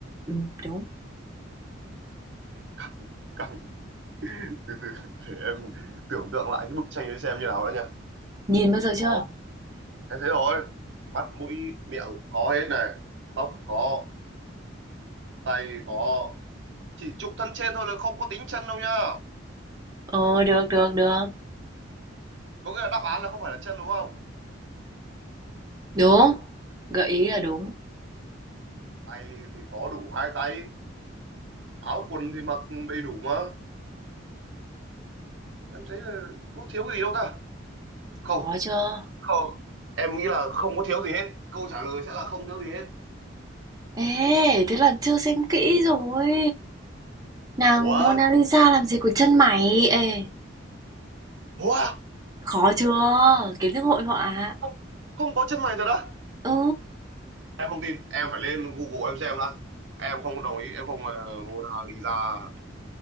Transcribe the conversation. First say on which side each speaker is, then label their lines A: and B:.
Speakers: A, on the right; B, on the right.
A: Ừ, đúng.
B: căng căng từ từ để em tưởng tượng lại cái bức tranh đấy xem như nào đã nha
A: Nhìn bao giờ chưa?
B: có em thấy rồi mắt mũi miệng có hết này tóc có tay có chỉ chụp thân trên thôi là không có tính chân đâu nhá
A: Ờ, được, được, được.
B: có nghĩa là đáp án là không phải là chân đúng không
A: Đúng. Gợi ý là đúng.
B: tay thì có đủ hai tay áo quần thì mặc đầy đủ mà em thấy là có thiếu cái gì đâu ta không
A: Khó chưa?
B: không em nghĩ là không có thiếu gì hết câu trả lời sẽ là không thiếu gì hết
A: Ê, thế là chưa xem kỹ rồi. Nàng
B: ủa
A: Mona Lisa làm gì có chân mày? Ê.
B: ủa
A: Khó chưa? Kiến thức hội họa. à?
B: không không có chân mày thật á
A: Ừ,
B: em không tin em phải lên Google em xem đã em không đồng ý em không uh, Mona Lisa